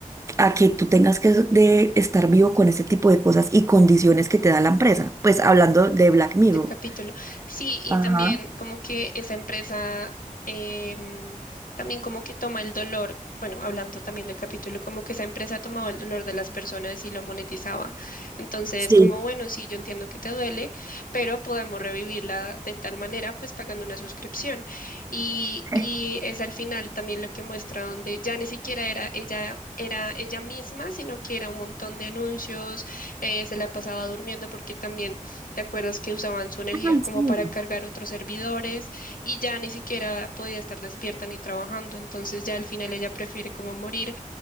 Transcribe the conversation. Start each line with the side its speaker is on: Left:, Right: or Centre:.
Right: a que tú tengas que de estar vivo con ese tipo de cosas y condiciones que te da la empresa? Pues hablando de Black Mirror.
Left: de capítulo. Sí, y
Right: Ajá,
Left: también como que esa empresa em, también como que toma el dolor, bueno, hablando también del capítulo, como que esa empresa tomaba el dolor de las personas y lo monetizaba. Entonces,
Right: sí.
Left: como bueno, sí, yo entiendo que te duele, pero podemos revivirla de tal manera, pues pagando una suscripción. Y,
Right: <laughs>
Left: y es al final también lo que muestra donde ya ni siquiera era ella. era ella misma, sino que era un montón de anuncios, eh, se la pasaba durmiendo porque también ¿Te acuerdas que usaban su energía
Right: Ay,
Left: como
Right: sí.
Left: para cargar otros servidores y ya ni siquiera podía estar despierta ni trabajando? Entonces ya al final ella prefiere como morir